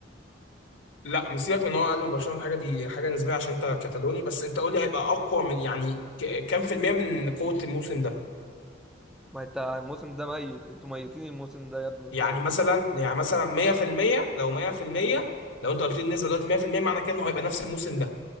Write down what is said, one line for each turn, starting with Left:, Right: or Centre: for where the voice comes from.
Left: لا مش سيبك من ان هو اقل من برشلونه الحاجه دي حاجه نسبيه عشان انت كتالوني بس انت قول لي هيبقى اقوى من يعني ك- كام في الميه من قوه الموسم ده
Centre: ما انت الموسم ده ميت انتوا ميتين الموسم ده يا ابني
Left: يعني
Centre: ف...
Left: مثلا يعني مثلا 100% لو 100% لو انت قلت لي النسبه دلوقتي 100% معنى كده انه هيبقى نفس الموسم ده